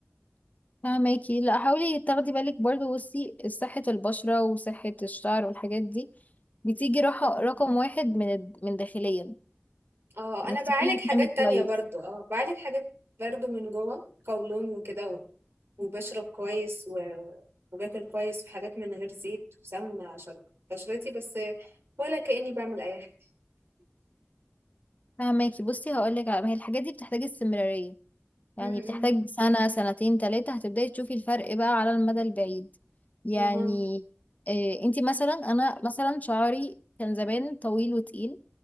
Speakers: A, on the left (about 35°); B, on the right (about 65°).
A: فهماكي لا حاولي تاخدي بالك برضو بصي صحة البشرة وصحة الشعر والحاجات دي بتيجي راحة رقم واحد من الد- من داخليا
B: اه
A: انك
B: انا بعالج
A: تكوني
B: حاجات
A: بتنامي كويس
B: تانية برضو اه بعالج حاجات برضو من جوه قولون وكده و- وبشرب كويس و... وباكل كويس في حاجات من غير زيت وسمنه عشان بشرتي بس ولا كأني بعمل اي حاجه
A: فهماكي بصي هقولك على ما هي الحاجات دي بتحتاج استمرارية يعني
B: م- م.
A: بتحتاج سنة سنتين تلاتة هتبدأي تشوفي الفرق بقى على المدى البعيد يعني
B: اها
A: إيه انتي مثلا انا مثلا شعري كان زمان طويل وتقيل